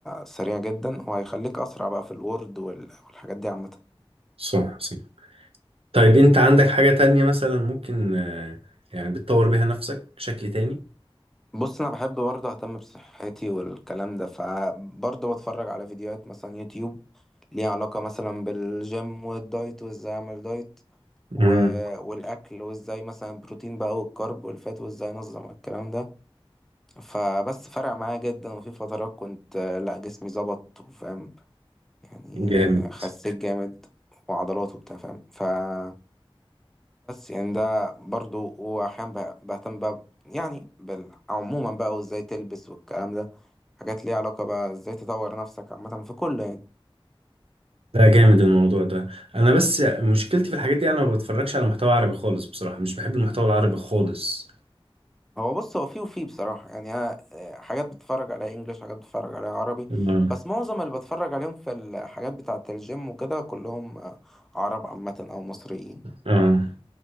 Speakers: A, in the centre; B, on the right.
A: سريع جدا وهيخليك اسرع بقى في الوورد وال- والحاجات دي عامة
B: صح صح طيب انت عندك حاجه تانية مثلا ممكن آه، يعني بتطور بيها نفسك بشكل تاني
A: بص انا بحب برضه اهتم بصحتي والكلام ده فبرضه بتفرج على فيديوهات مثلا يوتيوب ليها علاقة مثلا بالجيم والدايت وازاي اعمل دايت و...
B: امم
A: والاكل وازاي مثلا بروتين بقى والكارب والفات وازاي انظم الكلام ده فبس فرق معايا جدا وفي فترات كنت آه، لا جسمي ظبط وفاهم يعني
B: جامد
A: خسيت جامد وعضلات وبتاع فاهم فبس يعني ده برضه واحيانا بهتم بقى يعني بال... عموما بقى وازاي تلبس والكلام ده حاجات ليها علاقة بقى ازاي تطور نفسك عامة في كل يعني
B: ده جامد الموضوع ده انا بس مشكلتي في الحاجات دي انا ما بتفرجش على محتوى عربي خالص بصراحة مش بحب المحتوى العربي خالص
A: هو بص هو فيه وفيه بصراحة يعني أنا آه، حاجات بتفرج على إنجليش حاجات بتفرج على عربي
B: اه
A: بس معظم اللي بتفرج عليهم في الحاجات بتاعة الجيم وكده كلهم آه، عرب عامة أو مصريين
B: اه